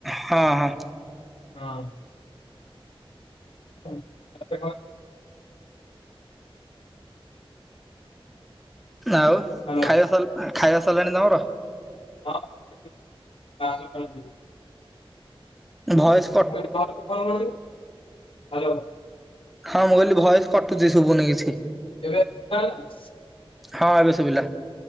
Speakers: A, in the centre; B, on the left.
A: ହଁ ହଁ।
B: ହଁ। ଉଁ ଆ ଦେଖ
A: ନା ବା
B: ହ୍ୟାଲୋ
A: ଖାଇବା ସଲ୍ ଖାଇବା ସରଲାଣି ତମର?
B: ହଁ କାଲି ସକାଳ କୁ ଯିବି।
A: ଭଏସ୍
B: ମୁଁ ଏଇଠି <unintelligible> ହ୍ୟାଲୋ
A: ହଁ ମୁଁ କହିଲି ଭଏସ୍ କଟୁଚି ଶୁଭୁନି କିଛି
B: <unintelligible>
A: ହଁ ଏବେ ଶୁଭିଲା।